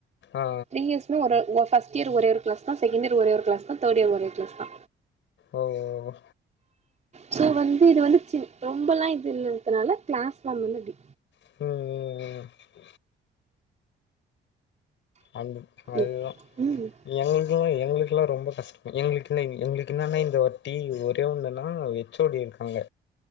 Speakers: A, on the left; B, on the right.
A: ஆ
B: த்ரீ இயர்ஸ் இன்னு ஒரு ஃப்ஸ்ட் இயர் ஒரே ஒரு க்ளாஸ் தா செகண்ட் இயர் ஒரே ஒரு க்ளாஸ் தா தேர்டு இயர் ஒரே ஒரு க்ளாஸ் தா
A: ஓ ஓ ஓ
B: சோ வந்து இது வந்து சி ரொம்பல்லா இது இல்லங்கறதால க்ளாஸ் ஃபாம் வந்து அப்டி
A: ம் ம் அந்த அதுதா
B: ம் ம்
A: எங்களுக்கெல்லா எங்களுக்கெல்லா ரொம்ப கஷ்டோ எங்களுக்கு என்ன எங்களுக்கு என்னென்னா இந்த வாட்டி ஒரே ஒன்னுனா ஹெச் ஓ டி இருக்காங்க